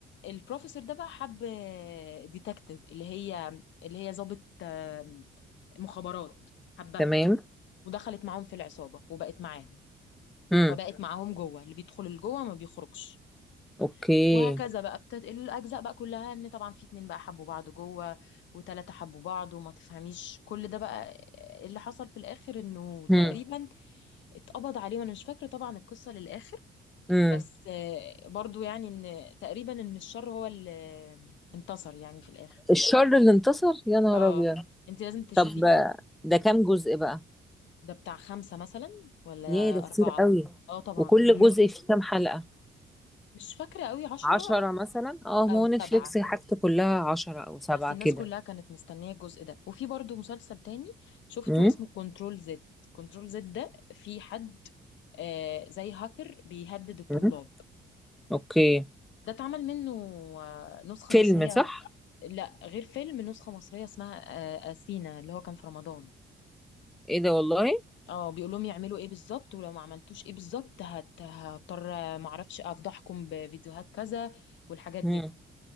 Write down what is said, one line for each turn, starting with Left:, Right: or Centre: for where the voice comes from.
Left: البروفيسور ده بقى حب ديتكتيف اللي هي اللي هي ضابط آه، مخابرات حبها
Centre: تمام
Left: ودخلت معاهم في العصابة وبقت معاهم
Centre: امم
Left: فبقت معاهم جوه اللي بيدخل لجوه ما بيخرجش
Centre: اوكي
Left: وهكذا بقى بتنقل الأجزاء بقى كلها إن طبعا في اتنين بقى حبوا بعض جوه وتلاتة حبوا بعض وما تفهميش كل ده بقى اللي حصل في الآخر إنه تقريبا
Centre: امم
Left: اتقبض عليه وأنا مش فاكرة طبعا القصة للآخر
Centre: امم
Left: بس آه، برضو يعني إن تقريبا إن الشر هو اللي انتصر يعني في الآخر
Centre: الشر اللي انتصر يا نهار
Left: اه
Centre: ابيض
Left: انت لازم تشوفيه
Centre: طب ده كام جزء بقى
Left: ده بتاع خمسة مثلا ولا
Centre: ياه ده كتير
Left: أربعة
Centre: قوي
Left: اه طبعا
Centre: وكل
Left: ده الناس
Centre: جزء فيه كام حلقة
Left: مش فاكرة قوي عشرة
Centre: عشرة مثلا اه
Left: أو
Centre: ما هو
Left: سبعة
Centre: نتفليكس حاجته كلها عشرة او سبعة
Left: بس الناس
Centre: كده
Left: كلها كانت مستنية الجزء ده وفي برضو مسلسل تاني شفته
Centre: امم
Left: اسمه كنترول زد كنترول زد ده في حد آه زي هاكر بيهدد الطلاب
Centre: امم اوكي
Left: ده اتعمل منه آه نسخة
Centre: فيلم
Left: مصرية
Centre: صح
Left: لا غير فيلم نسخة مصرية اسمها آه أثينا اللي هو كان في رمضان
Centre: ايه ده والله
Left: اه بيقول لهم يعملوا ايه بالظبط ولو ما عملتوش ايه بالظبط هت- هضطر آه، معرفش افضحكم بفيديوهات كذا والحاجات دي
Centre: امم